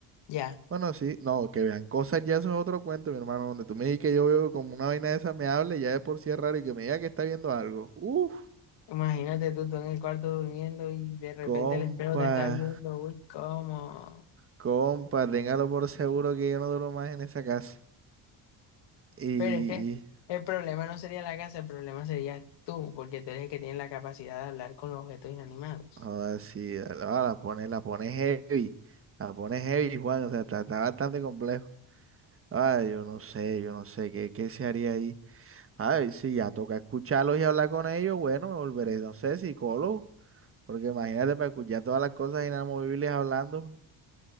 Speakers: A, on the left (about 75°); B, on the right (about 30°).
A: Ya,
B: bueno, sí, no, que vean cosas, ya eso es otro cuento, mi hermano, donde tú me digas que yo veo como una vaina de esa me hable, ya de por sí es raro, y que me diga que está viendo algo. Uf,
A: imagínate tú, tú en el cuarto durmiendo y de repente
B: compa,
A: el espejo te está viendo, uy, ¿cómo?
B: compa, téngalo por seguro que yo no duro más en esa casa. Y,
A: Pero es que el problema no sería la casa, el problema sería tú, porque tú eres el que tiene la capacidad de hablar con los objetos inanimados.
B: Joda, sí, ah, la pone, la pone heavy, la pone heavy, Juan, o sea, está, está bastante complejo. Ah, yo no sé, yo no sé, ¿qué, qué se haría ahí? Ay, sí, ya toca escucharlos y hablar con ellos, bueno, me volveré, no sé, psicólogo, porque imagínate para escuchar todas las cosas inamovibles hablando.